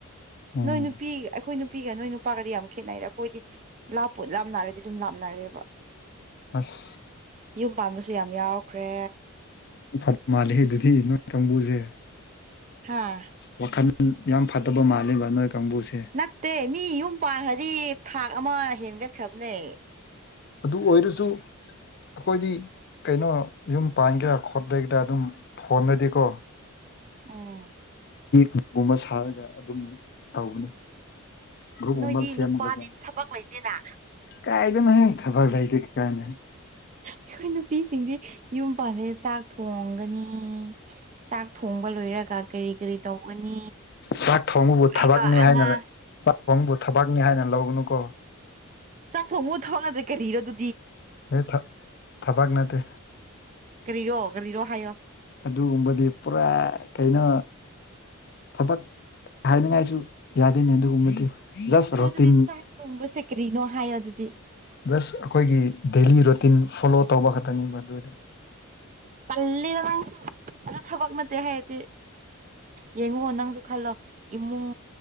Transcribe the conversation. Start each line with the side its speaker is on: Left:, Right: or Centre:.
Left: ꯑꯣ
Right: ꯅꯣꯏ ꯅꯨꯄꯤ ꯑꯩꯈꯣꯏ ꯅꯨ ꯅꯨꯄꯤꯒ ꯅꯣꯏ ꯅꯨꯄꯥꯒꯗꯤ ꯌꯥꯝ ꯈꯦꯠꯅꯩꯗ ꯑꯩꯈꯣꯏꯗꯤ ꯂꯞꯄꯣ ꯂꯞꯅꯔꯗꯤ ꯑꯗꯨꯝ ꯂꯥꯞꯅꯔꯦꯕ
Left: ꯑꯁ
Right: ꯌꯨꯝ ꯄꯥꯟꯕꯁꯨ ꯌꯥꯝ ꯌꯥꯎꯈ꯭ꯔꯦ
Left: ꯐꯠ ꯃꯥꯜꯂꯤꯦ ꯑꯗꯨꯗꯤ ꯅꯣꯏ ꯀꯥꯡꯕꯨꯁꯦ
Right: ꯍꯥꯥ
Left: ꯋꯥꯈꯜ ꯌꯥꯝ ꯐꯠꯇꯕ ꯃꯥꯜꯂꯤꯕ ꯅꯣꯏ ꯀꯥꯡꯕꯨꯁꯦ
Right: ꯅꯠꯇꯦ ꯃꯤ ꯌꯨꯝ ꯄꯥꯟꯈ꯭ꯔꯗꯤ ꯊꯥꯛ ꯑꯃ ꯍꯦꯟꯒꯠꯈ꯭ꯔꯕꯅꯦ
Left: ꯑꯗꯨ ꯑꯣꯏꯔꯁꯨ ꯑꯩꯈꯣꯏꯗꯤ ꯀꯩꯅꯣ ꯌꯨꯝ ꯄꯥꯟꯒꯦꯔꯥ ꯈꯣꯠꯂꯒꯦꯔꯥ ꯑꯗꯨꯝ ꯐꯣꯟꯗꯗꯤꯀꯣ
Right: ꯎꯝ
Left: ꯀꯒꯨꯝꯕ ꯁꯥꯔꯒ ꯑꯗꯨꯝ ꯇꯒꯅꯤ ꯈ
Right: ꯅꯣꯏꯗꯤ
Left: ꯎꯃꯜꯁꯤꯦ
Right: ꯅꯨꯄꯥꯗꯤ
Left: ꯑꯃ
Right: ꯊꯕꯛ ꯂꯩꯇꯦꯅ
Left: ꯀꯥꯏꯗꯅ ꯈꯕꯔ ꯂꯏꯗ ꯀꯥꯅ
Right: ꯑꯩꯈꯣꯏ ꯅꯨꯄꯤꯁꯤꯡꯗꯤ ꯌꯨꯝ ꯄꯥꯟꯕꯥꯩꯗ ꯆꯥꯛ ꯊꯣꯡꯒꯅꯤ ꯆꯥꯛ ꯊꯣꯡꯕ ꯂꯣꯏꯔꯒ ꯀꯔꯤ ꯀꯔꯤ ꯇꯧꯒꯅꯤ
Left: ꯆꯥꯛ ꯊꯣꯡꯕꯕꯨ
Right: ꯑꯩꯗꯣ
Left: ꯊꯕꯛꯅꯤ
Right: ꯑꯉꯥꯡ
Left: ꯍꯥꯏꯅꯔ ꯈꯣꯡꯕꯨ ꯊꯕꯛꯅꯤ ꯍꯥꯏꯅ ꯂꯧꯒꯅꯨ ꯀꯣ
Right: ꯆꯥꯛꯊꯣꯡ ꯃꯨ ꯊꯥꯎꯅꯗ꯭ꯔꯦ ꯀꯔꯤꯔ ꯑꯗꯨ
Left: ꯑꯩ ꯊ ꯊꯄꯒꯅꯠꯇ
Right: ꯀꯔꯤꯔꯣ ꯀꯔꯤꯔꯣ ꯍꯥꯏꯌꯣ
Left: ꯑꯗꯨꯒꯨꯝꯕꯗꯤ ꯄꯨꯔꯥ ꯀꯩꯅꯣ ꯊꯕꯛ ꯍꯥꯏꯅꯤꯡꯉꯥꯏꯁꯨ ꯌꯥꯗꯣꯏꯅꯦ ꯑꯗꯨꯒꯨꯝꯕꯗꯤ ꯖꯁ
Right: ꯑꯗꯣ
Left: ꯔꯣꯇꯤꯟ
Right: ꯑꯗꯨꯗꯤ ꯆꯥꯛ ꯊꯣꯡꯕꯁꯦ ꯀꯔꯤꯅꯣ ꯍꯥꯏꯌꯣ ꯑꯗꯨꯗꯤ
Left: ꯕꯁ ꯑꯩꯈꯣꯏꯒꯤ ꯗꯦꯂꯤ ꯔꯨꯇꯤꯟ ꯐꯣꯂꯣ ꯇꯧꯕ ꯈꯛꯇꯅꯤꯕ ꯑꯗꯨꯗꯤ
Right: ꯑꯗ ꯅꯪꯁꯨ ꯑꯗꯨꯗ ꯊꯕꯛ ꯅꯠꯇꯦ ꯍꯥꯏꯗꯤꯦ ꯌꯦꯡꯉꯣ ꯅꯪꯁꯨ ꯈꯜꯂꯣ ꯏꯃꯨꯡ